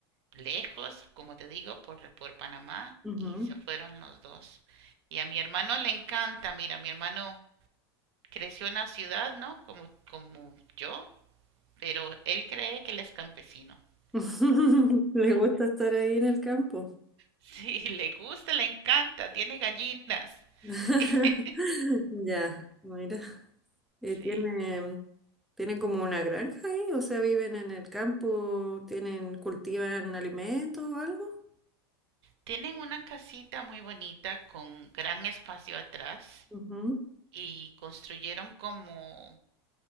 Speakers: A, on the right; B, in the centre.
A: lejos, como te digo, por, por Panamá
B: Ujú.
A: y se fueron los dos. Y a mi hermano le encanta, mira, mi hermano creció en la ciudad, ¿no? Como, como yo, pero él cree que él es campesino. <laughs>
B: <laughs> Les gusta estar ahí en el campo.
A: Sí, le gusta, le encanta, tiene gallinas.
B: <laughs>
A: <laughs>
B: Ya, mira. Y
A: Sí.
B: tiene, tienen como una granja ahí, o sea, viven en el campo, tienen, cultivan alimentos o algo.
A: Tienen una casita muy bonita con gran espacio atrás
B: Ujú,
A: y construyeron como